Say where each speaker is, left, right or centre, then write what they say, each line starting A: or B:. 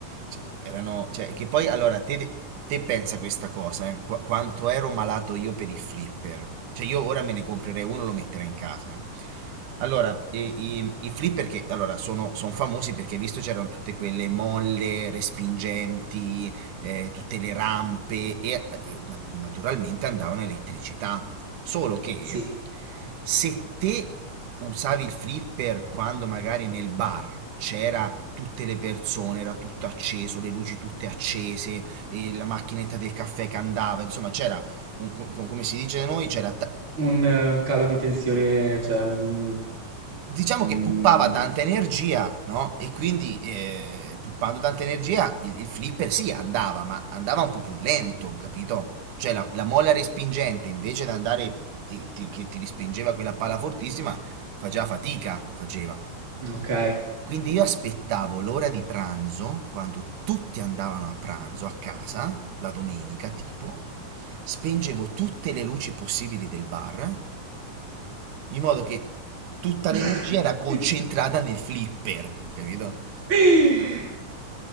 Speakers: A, on the right (about 70°); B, on the right (about 35°).
A: cioè, erano, cioè, che poi, allora, te, te pensa questa cosa, eh, qua- quanto ero malato io per i flipper. Cioè, io ora me ne comprerei uno e lo metterei in casa. eh. Allora, i, i- i flipper che, allora, sono, son famosi perché, hai visto, c'erano tutte quelle molle respingenti, eh, tutte le rampe e, e na- naturalmente andavano a elettricità. Solo che
B: Sì,
A: se te usavi il flipper quando magari nel bar c'era tutte le persone, era tutto acceso, le luci tutte accese, e la macchinetta del caffè che andava, insomma c'era, un- co- co- come si dice da noi, c'era ta-
B: un eh, calo di tensione, cioè un...
A: diciamo
B: mm,
A: che puppava tanta energia, no? E quindi eh, puppando tanta energia il, il flipper sì andava, ma andava un po' più lento, capito? Cioè la, la molla respingente invece di andare eh, ti- che ti respingeva quella palla fortissima faceva fatica, faceva.
B: ok.
A: Quindi io aspettavo l'ora di pranzo, quando tutti andavano a pranzo a casa, la domenica tipo, spengevo tutte le luci possibili del bar in modo che tutta
B: <laughs>
A: l'energia era concentrata nel flipper, capito?
B: <laughs>